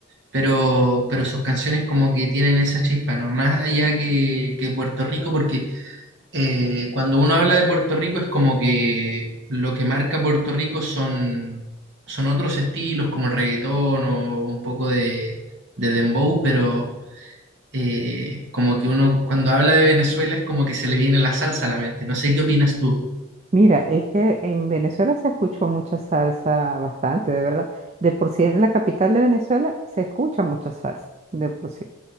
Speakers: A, on the right; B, on the right.
A: pero, pero sus canciones como que tienen esa chispa, ¿no? Más allá que, que Puerto Rico, porque eh, cuando uno habla de Puerto Rico es como que lo que marca Puerto Rico son, son otros estilos como el reggaetón o un poco de, de dembow, pero eh, como que uno cuando habla de Venezuela es como que se le viene la salsa a la mente. No sé qué opinas tú.
B: mira, es que en Venezuela se escuchó mucha salsa, bastante, de verdad. De por sí en la capital de Venezuela se escucha mucha salsa, de por sí.